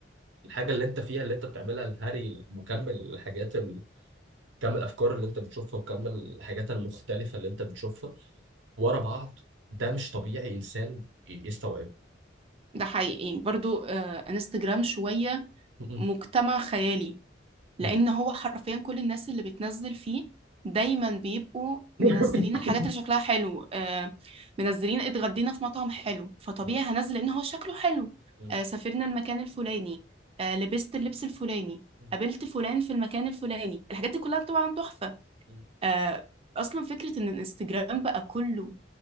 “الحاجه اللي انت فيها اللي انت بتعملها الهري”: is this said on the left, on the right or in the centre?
Right